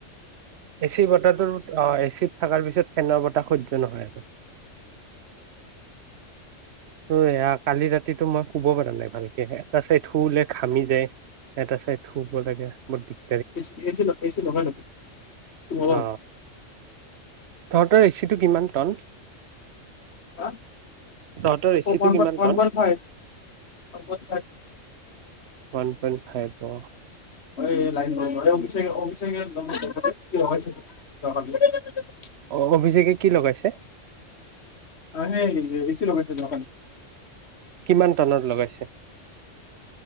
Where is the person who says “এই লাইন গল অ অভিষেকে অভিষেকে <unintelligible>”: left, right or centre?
Left